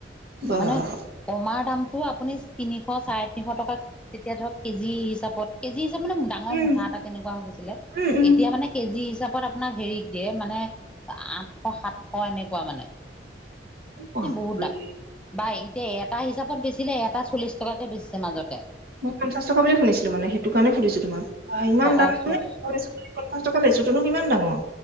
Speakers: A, on the right; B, in the centre.
A: বাহ
B: মানে কমাৰ দাম ত' আপুনি তিনিশ চাৰে তিনিশ টকা তেতিয়া ধৰক কেজি হিচাপত কেজি মানে ডাঙৰ
A: উম
B: মুঠা এটা তেনেকুৱা হৈ গৈছিলে
A: উম উম
B: এতিয়া মানে কেজি হিচাপত আপোনাক হেৰিক দিয়ে মানে আঠশ সাতশ এনেকুৱা মানে
A: বাপৰে,
B: বহুত এ দাম বা এতিয়া এটা হিচাপত বেচিলে এটা চল্লিছ টকাকৈ বেচিছে মাজতে
A: মই পঞ্চাশ টকা বুলি শুনিছিলো মানে সেইটো কাৰণে সুধিছো তোমাক অ ইমান দাম
B: অ চচ
A: নে এটা লেচু পঞ্চাশ টকা লেচুটোনো কিমান ডাঙৰ